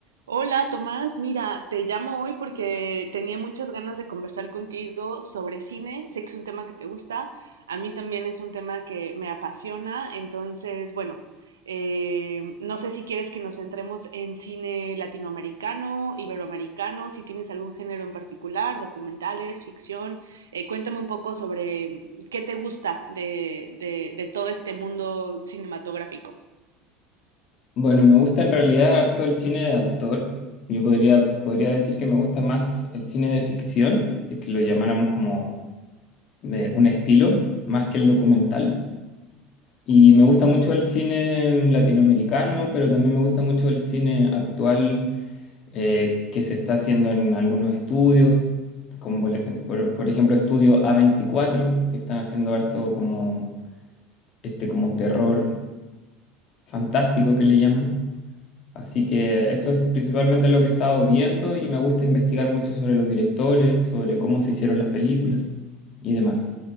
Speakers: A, on the right (about 80°); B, on the left (about 50°).
A: Hola Tomás, mira, te llamo hoy porque tenía muchas ganas de conversar contigo sobre cine. Sé que es un tema que te gusta, a mí también es un tema que me apasiona, entonces, bueno, eh, no sé si quieres que nos centremos en cine latinoamericano, iberoamericano, si tienes algún género en particular, documentales, ficción. Eh, cuéntame un poco sobre qué te gusta de de- de todo este mundo cinematográfico.
B: Bueno, me gusta en realidad harto el cine de autor. Yo podría, podría decir que me gusta más el cine de ficción, es que lo llamáramos como de un estilo, más que el documental. Y me gusta mucho el cine latinoamericano, pero también me gusta mucho el cine actual eh, que se está haciendo en algunos estudios, como por, e- por- por ejemplo estudio a veinticuatro, que están haciendo harto como, este, como terror fantástico que le llaman. Así que eso es principalmente lo que he estado viendo y me gusta investigar mucho sobre los directores, sobre cómo se hicieron las películas y demás.